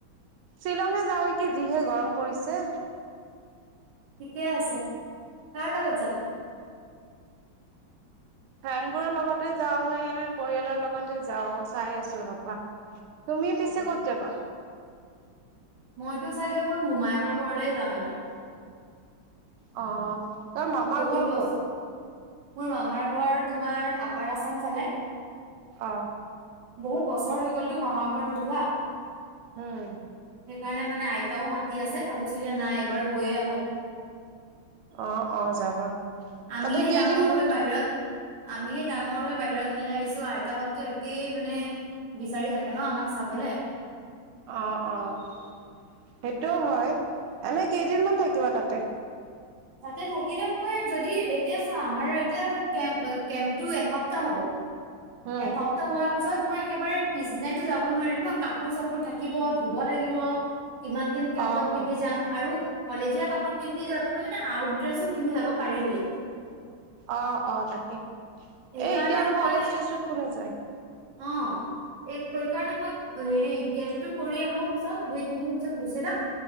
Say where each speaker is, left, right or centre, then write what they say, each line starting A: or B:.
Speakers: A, on the right; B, on the right.
A: শ্বিলঙে যাওঁ নেকি যিহে গৰম পৰিছে।
B: ঠিকে আছে, কাৰ লগত যাবা?
A: ফ্ৰেণ্ড বোৰৰ লগতে যাও নে পৰিয়ালৰ লগতে যাওঁ চাই আছো ৰপা। তুমি পিছে
B: অ
A: ক'ত যাবা?
B: মইতো চাগে মোৰ মোমায়েকৰ ঘৰলে যাম এইবাৰ।
A: অ'। তোৰ মামাৰ
B: বহুত
A: ঘৰ
B: বস্তু
A: ক'ত?
B: মোৰ মামাৰ ঘৰ তোমাৰ আপাৰ আছাম ফালে।
A: অহ।
B: বহুত বছৰ হৈ গ'লতো মামাৰ ঘৰত নোযোৱা,
A: উম,
B: সেইকাৰণে মানে নাই আইতাও মাতি আছে ভাবিছো যে নাই এবাৰ গৈয়ে আহো।
A: অ অ যাবা।
B: আমিহে
A: তাতে কেইদিনমান
B: ডাঙৰ হৈ বাহিৰত আমি ডাঙৰ হৈ বাহিৰত ওলাই আহিছো আইতাহতো একেই মানে বিচাৰি থাকে ন আমাক চাবলে।
A: অ, অঁ। সেইটোও হয়, এনে কেইদিনমান থাকিব তাতে?
B: তাতে থাকিলে মই যদি এতিয়া চোৱা আমাৰ এতিয়া কে কেম্পটো এসপ্তাহ হ'ব।
A: উম,
B: এ হপ্তাহ হোৱাৰ পিছত পত মই একেবাৰে পিছ দিনাইতো যাব নোৱাৰিম ন কাপোৰ চাপোৰ থাকিব ধুব লাগিব। কিমান দিন কেম্পত
A: অ',
B: পিন্ধি
A: অ',
B: যাম আৰু কলেজীয়া কাপোৰ পিন্ধি যাব কাৰণে আউট ড্ৰেছো পিন্ধি যাব পাৰি বোলে।
A: অ অ তাকে এ
B: সেইকাৰণে
A: এতিয়া আৰু
B: মই
A: কলেজ ড্ৰেছত কোনে যায়।
B: অ। এই সেইকাৰণে মই হেৰি কেম্পটো কৰি আহো পিছত দুই তিনিদিন পিছত গুচি যাম।